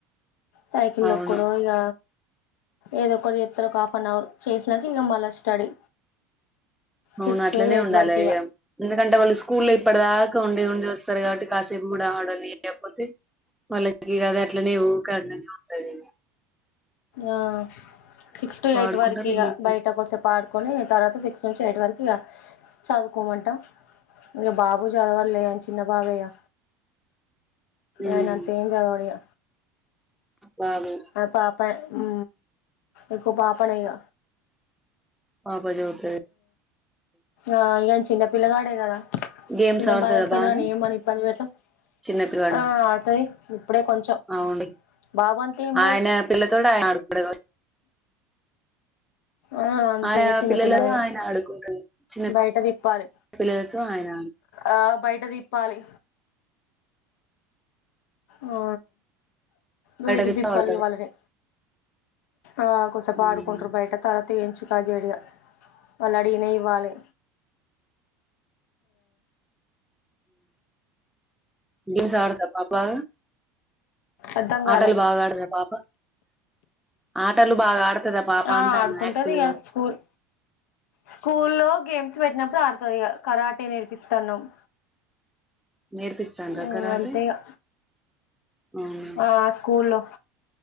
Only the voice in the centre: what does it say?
అవును
అవును
అట్లనే
ఉండాలె
అ ఎందుకంటే వాళ్ళు స్కూల్ల్లో ఇప్పుడదాక ఉండి ఉండి వస్తారు కాబట్టి కాసేపు కూడా ఆవడని లేకపోతే వాళ్ళకి కాద అట్లనే కాడనే సరే
ఆడుకుంటా
రిలీఫ్
ఉమ్
ఉమ్
బాబు
పాప చదువుతది
గేమ్స్
ఆడుతదా
బానే
చిన్న పిల్లాడా
అవును
ఆయన
పిల్తోడు ఆయ అడుడ
ఆయన
పిల్లలతో ఆయన ఆడుకుంటడు చిన్న
పిల్లలతో ఆయన
తిప్పి
ఆడతడు
ఉమ్
గేమ్స్ ఆడుతాద పాపా
ఆటలు బాగా ఆడద పాప ఆటలు బాగా ఆడతదా పాప
అంటాన్న
యాక్టివ్గా
నేర్పిస్తాండ్రా
కరాటే
అవునా